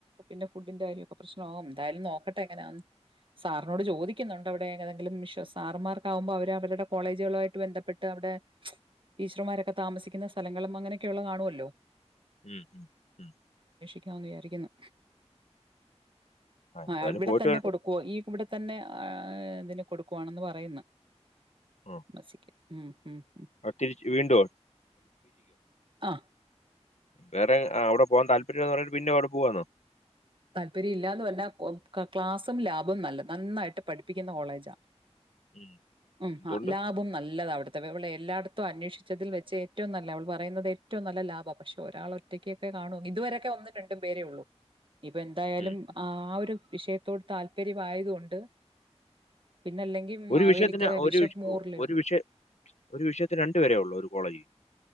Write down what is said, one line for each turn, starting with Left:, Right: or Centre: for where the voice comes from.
Right: പിന്നെുഡിന്റെ കാര്യൊക്കെശ്നോം എന്തായാലും നോക്കട്ടെ എങ്ങനെയാ സാറിനോട് ചോദിക്കുന്നുണ്ട് അവിടെ ഏതെങ്കിലും സാർമാർക്ക ആകുമ്പോൾ അവര് അവരുടെ കോളേജുകളു ആയിട്ട് ബന്ധപ്പെട്ട് അവിടെ ടീച്ചർമാരൊക്കെ താമസിക്കുന്ന സ്ഥലങ്ങളും അങ്ങനെയൊക്കെയ ഉള്ള കാണുമല്ലോ
Left: ഉം ഉം
Right: ന്ന് വിചാരിക്കുന്നു
Left: എന്തായാലും
Right: ആ ഇവിടെ
Left: പോയിട്ട്
Right: തന്നെ
Left: വരട്ടെ
Right: കൊടുക്കുവോ ഈ ഇവിടെ തന്നെ ആ ഇതിന് കൊടുക്കുവാണെന്ന് പറയുന്നു
Left: ആ
Right: മസിക്ക് ഉം, ഉം, ഉം.
Left: അ തിരിച്ച് വീണ്ടോ
Right: ആ
Left: വേറെ ആവി പോവാൻ താല്പര്യം എന്ന് പറഞ്ഞട്ട് പിന്നെ അവിടെ പോവാന്നോ
Right: താല്പര്യം ഇല്ലാന്ന് പറഞ്ഞ ക്ലാസും ലാബും നല്ല നന്നായിട്ട് പഠിപ്പിക്കുന്ന കോളേജാണ്
Left: ഉം.
Right: ഉം
Left: എന്തുകൊണ്ട്
Right: ആ ലാഭം നല്ലത അവിടുത്തെ എല്ലായിടത്തും അന്വേഷിച്ചതിൽ വെച്ച് ഏറ്റവും നല്ല അവൾ പറയുന്നത് ഏറ്റവും നല്ല ലാഭം പക്ഷെ ഒരാൾ ഒറ്റക്കൊക്കെ കാണൂ ഇതുവരൊക്കെ ഒന്നും രണ്ടും പേരേ ഉള്ളൂ ഇനീപ്പൊ എന്തായാലും
Left: ഉം.
Right: ആ ആ ഒരു വിഷയത്തോട് താല്പര്യമായതോണ്ട് പിന്നെ അല്ലെങ്കിൽ
Left: ഒരു
Right: മാവേലിക്കര
Left: വിഷയത്തിന് ഒരു
Right: ബിഷപ്പ്
Left: വിഷ-
Right: മോറിലേ
Left: ഒരു
Right: ഉള്ളൂ.
Left: വിഷയ ഒരു വിഷയത്തിന് രണ്ടുപേരേ ഉള്ളൂ ഒരു കോളേജിൽ